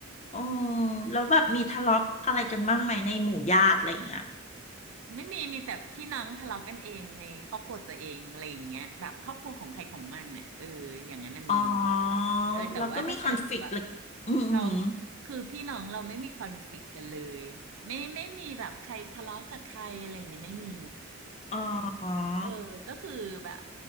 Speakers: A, on the left (about 35°); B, on the right (about 70°).
A: โอ้แล้วแบบมีทะเลาะอะไรกันบ้างไหมในหมู่ญาติอะไรอย่างเงี้ย
B: ไม่มีมีแต่พี่น้องทะเลาะกันเองในครอบครัวตัวเองอะไรอย่างเงี้ยแบบครอบครัวของใครของมันอ่ะเอออย่างนั้นน่ะมี
A: อ๋อ
B: เออแต่ว่าถ้าเกิดแบบ
A: เราก็มีคอนฟ lict เลยอืมอือ
B: เราคือพี่น้องเราไม่มีคอนฟลิกต์กันเลยไม่ไม่มีแบบใครทะเลาะกับใครอะไรอย่างเงี้ยไม่มี
A: อ๋อ
B: เออก็คือแบบ